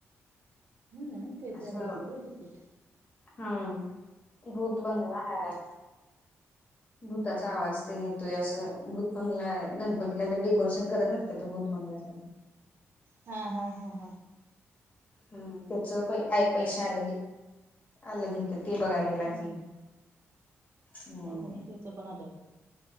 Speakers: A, on the right; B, on the left.
A: हूं हूं त्यांच
B: असं
A: आणि वेगळं का तिकीट
B: हम्म भूत बंगला हाय भूताचा आवाज तेण येतोय असं भूत बंगला गणपतीला ते डेकोरेशन करत नाहीत का ते भूत बंगल्यासारखं
A: हा हा हा हा.
B: हम्म त्याच प पैसे आलंग ये आलंग घेटात ते बघाये गेलेला
A: हम्म
B: की हम्म
A: हं त्याच पण आलंग